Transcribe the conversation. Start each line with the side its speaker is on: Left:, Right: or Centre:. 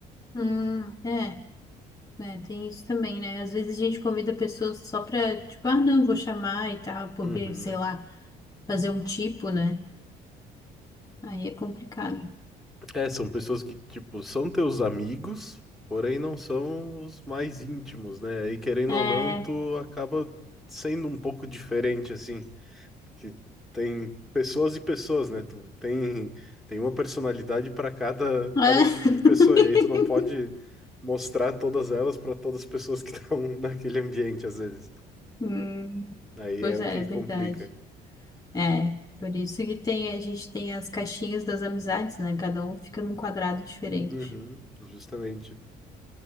Left: Hum, é, é, tem isso também, né? Às vezes a gente convida pessoas só pra, tipo, ah, não, vou chamar e tal, porque,
Centre: Uhum.
Left: sei lá, fazer um tipo, né? Aí é complicado.
Centre: É, são pessoas que tipo são teus amigos, porém não são os mais íntimos, né? E querendo
Left: É. é.
Centre: ou não, tu acaba sendo um pouco diferente assim. que tem pessoas e pessoas, né? Tu tem, tem uma personalidade para cada, cada
Left: <laughs>
Centre: tipo de pessoa, e aí tu não pode mostrar todas elas para todas as pessoas que <laughs> estão naquele ambiente, às vezes.
Left: Hum,
Centre: Aí
Left: pois
Centre: é o
Left: é,
Centre: que
Left: é verdade.
Centre: complica.
Left: É, por isso que tem, a gente tem as caixinhas das amizades, né? Cada um fica num quadrado diferente.
Centre: Uhum, justamente.